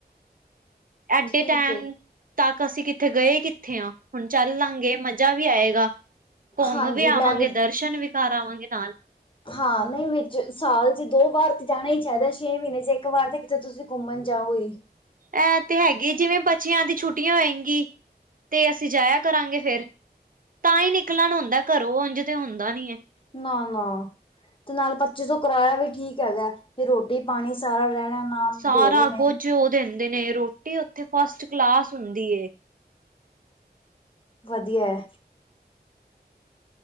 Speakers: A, on the right (about 55°); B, on the left (about 30°).
A: <inaudible> ਐਡੇ
B: ਠੀਕ
A: ਟੈਂਮ
B: ਏ
A: ਤੱਕ ਅਸੀਂ ਕਿੱਥੇ ਗਏ ਈ ਕਿੱਥੇ ਆ। ਹੁਣ ਚੱਲਾਂਗੇ ਮ- ਜ਼ਾ ਵੀ ਆਏਗਾ। ਘੁੰਮ
B: ਹਾਂਜੀ
A: ਵੀ ਆਵਾਂਗੇ।
B: ਮੈਂ
A: ਦਰਸ਼ਨ ਵੀ ਕਰ ਆਵਾਂਗੇ ਨਾਲ।
B: ਹਾਂ, ਨਹੀਂ ਵਿੱਚ, ਸਾਲ 'ਚ ਦੋ ਵਾਰ ਤੇ ਜਾਣਾ ਈ ਚਾਹੀਦਾ। ਛੇ ਮਹੀਨੇ 'ਚ ਇੱਕ ਵਾਰ ਤੇ ਕਿਤੇ ਤੁਸੀਂ ਘੁੰਮਣ ਜਾਓ ਈ।
A: ਇਹ ਤੇ ਹੈਗੇ। ਜਿਵੇਂ ਬੱਚੀਆਂ ਦੀ ਛੁੱਟੀਆਂ ਹੋਏ ਗੀਂ ਤੇ ਅਸੀਂ ਜਾਇਆ ਕਰਾਂਗੇ ਫਿਰ। ਤਾਂ ਈ ਨਿਕਲਣ ਹੁੰਦਾ ਘਰੋਂ। ਉਂਝ ਤੇ ਹੁੰਦਾ ਨੀ ਐ।
B: ਨਾ-ਨਾ ਤੇ ਨਾਲ ਪੱਚੀ ਸੌ ਕਰਾਇਆ ਵੀ ਠੀਕ ਹੈਗਾ। ਫਿਰ ਰੋਟ ਰੋਟੀ-ਪਾਣੀ ਸਾਰਾ ਰਹਿਣ ਨਾਲ
A: ਸਾਰਾ
B: ਦੇ ਰਹੇ ਨੇ।
A: ਕੁੱਝ ਉਹ ਦਿੰਦੇ ਨੇ ਰੋਟੀ, ਉੱਥੇ ਫਸਟ-ਕਲਾਸ ਹੁੰਦੀ ਏ।
B: ਵਧੀਆ ਐ।